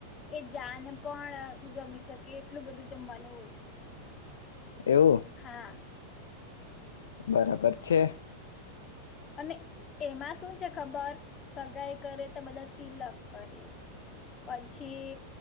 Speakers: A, on the left (about 25°); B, on the left (about 65°).
A: એ જાન પણ જમી શકે એટલું બધું જમવાનું હોય.
B: એવું
A: હા.
B: બરાબર છે.
A: અને એમાં શું છે ખબર સગાઈ કરે તો બધા તિલક કરે પછી